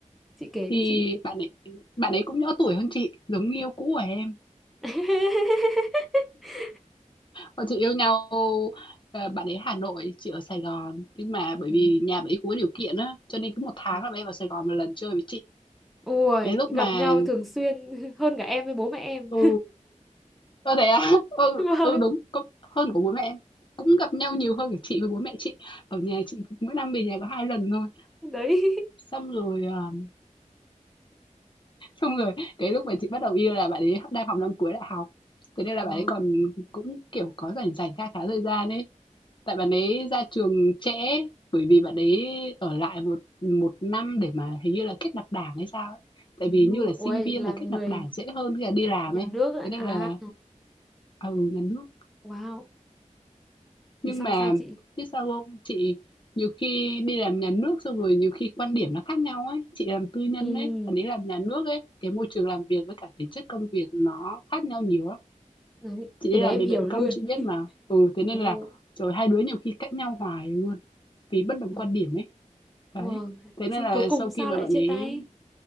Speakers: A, in the centre; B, on the left (about 40°).
A: chị kể
B: Thì
A: đi chị
B: bạn ấy bạn ấy cũng nhỏ tuổi hơn chị, giống người yêu cũ của em.
A: <laughs>
B: Bọn chị yêu nhau, ờ, bạn ấy Hà Nội, chị ở Sài Gòn, nhưng mà bởi
A: Ừ.
B: vì nhà bạn ấy cũng có điều kiện á, cho nên cứ một tháng
A: ừ.
B: là bạn ấy vào Sài Gòn một lần chơi với chị.
A: ui
B: Cái lúc mà
A: gặp nhau thường xuyên <laughs> hơn cả em với bố mẹ em
B: ừ, ơ, thế á? <laughs> Ừ,
A: <laughs> vâng
B: ừ, đúng, có hơn của bố mẹ em, cũng gặp nhau nhiều hơn của chị với bố mẹ chị. Ở nhà chị mỗi năm về nhà có 2 lần thôi.
A: đấy
B: Xong rồi, ờ, xong rồi cái lúc mà chị bắt đầu yêu là bạn ấy đang học năm cuối đại học, thế nên là
A: ừ.
B: bạn ấy còn cũng, kiểu, có rảnh rảnh kha khá thời gian ấy, Tại bạn ấy ra trường trễ, bởi vì bạn ấy ở lại một một năm để mà hình như là kết nạp đảng hay sao ấy. Tại
A: ừ,
B: vì như là sinh
A: ui
B: viên
A: làm
B: là kết nạp
A: người
B: đảng dễ hơn khi là
A: nhà,
B: đi làm
A: nhà
B: ấy.
A: nước ạ.
B: Thế nên
A: à
B: là à, ừ, nhà nước.
A: wow
B: Nhưng
A: thế xong
B: mà
A: sao chị
B: biết sao không? Chị nhiều khi đi làm nhà nước xong rồi nhiều khi quan điểm nó khác nhau ấy. Chị làm tư nhân
A: Ừ,
B: ấy, bạn ấy làm nhà nước ấy, cái môi trường làm việc với cả tính chất công việc nó khác nhau nhiều lắm.
A: đấy.
B: Chị đi
A: Cái đấy
B: làm
A: em
B: bệnh
A: hiểu
B: viện
A: luôn.
B: công chị biết mà. Ừ thế
A: Ồ,
B: nên là rồi hai đứa nhiều khi cãi nhau hoài luôn vì bất đồng
A: ừ,
B: quan điểm ấy.
A: vâng.
B: Đấy, thế
A: Thế
B: nên
A: xong
B: là
A: cuối cùng
B: sau
A: sao
B: khi mà
A: lại
B: bạn
A: chia
B: ấy
A: tay?